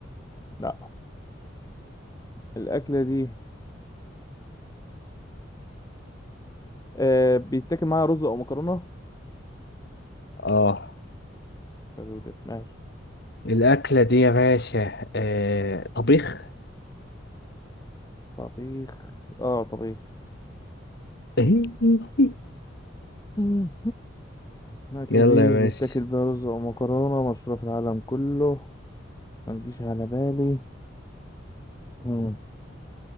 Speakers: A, on the left (about 20°); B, on the left (about 60°).
A: لا الأكلة دي آه بيتاكل معاها رز أو مكرونة
B: اه
A: حلو ده ماشي
B: الأكلة دي يا باشا آه... طبيخ
A: طبيخ اه طبيخ
B: <laughs>
A: <laughs> الأكلة
B: يلا
A: دي
B: يا باشا
A: بيتاكل بيها رز أو مكرونة مشهورة في العالم كله ما تجيش على بالي مم.